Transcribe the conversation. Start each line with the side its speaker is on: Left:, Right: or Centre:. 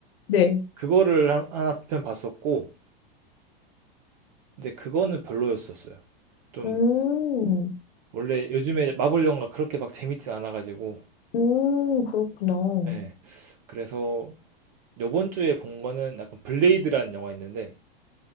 Left: 네.
Right: 그거를 한- 하나 편 봤었고 근데 그거는 별로였었어요. 좀
Left: 음,
Right: 원래 요즘에 마블 영화 그렇게 막 재밌진 않아가지고
Left: 음, 그렇구나. 어,
Right: 예 그래서 요번 주에 본 거는 약간 블레이드라는 영화 있는데